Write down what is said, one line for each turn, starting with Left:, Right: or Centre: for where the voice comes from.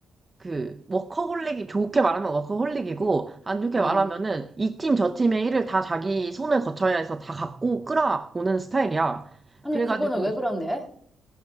Right: 그 워커홀릭이 좋게 말하면 워커홀릭이고 안 좋게
Centre: 어.
Right: 말하면은 이 팀 저 팀의 일을 다 자기 손을 거쳐야 해서 다 갖고 끌어오는 스타일이야.
Centre: 아니,
Right: 그래가지고
Centre: 그분은 왜 그런데?